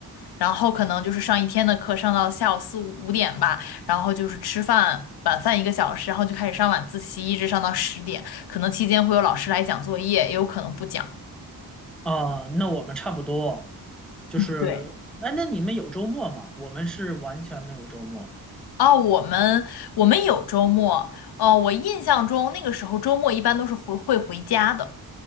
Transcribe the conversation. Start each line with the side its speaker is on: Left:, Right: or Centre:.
Left: 然后可能就是上一天的课，上到下午四五五点吧，然后就是吃饭，晚饭一个小时，然后就开始上晚自习，一直上到十点。可能期间会有老师来讲作业，也有可能不讲。
Centre: 啊，那我们差不多，就是，
Left: 对，
Centre: 那那你们有周末吗？我们是完全没有周末。
Left: 哦，我们我们有周末，哦，我印象中那个时候周末一般都是回会回家的。